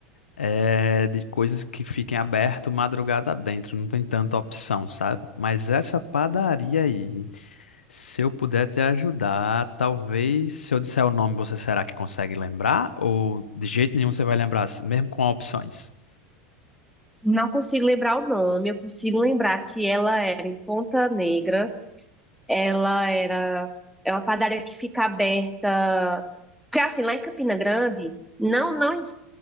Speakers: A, on the left; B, in the centre.
A: é de coisas que fiquem aberto madrugada dentro, não tem tanta opção, sabe? Mas essa padaria aí, se eu puder te ajudar, talvez se eu disser o nome, você será que consegue lembrar? Ou de jeito nenhum você vai lembrar, mesmo com opções?
B: Não consigo lembrar o nome, eu consigo lembrar que ela era em Ponta Negra, ela era é uma padaria que fica aberta, porque assim, lá em Campina Grande, não não ex-